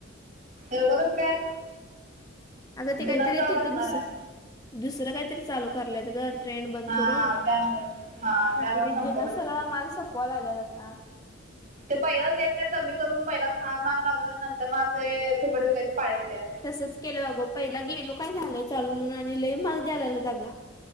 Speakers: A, on the right; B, on the left.
A: एवढं कसं काय?
B: अगं ते
A: जुना
B: काहीतरी
A: स्टॉक
B: तिथं
A: असणार
B: दुस
A: आहे
B: दुसरं काहीतरी चालू करालेत गं. ट्रेंड बंद
A: हा
B: करून,
A: त्यामुळे हा
B: मग
A: त्यामुळे
B: तिने
A: संपत
B: जुना
A: असते
B: सगळा माल सपवाय लागलेत आता.
A: ते पहिलाच देत नाही कमी करून, पहिला महाग महाग लावतेत अन नंतर म असे फुकट विकायचे पाळी येत्या.
B: तसच केलंय अगो, पहिला गेलो काय झालंय चालू, म्हणून आणि लय महाग द्यायला लागलेत आगं.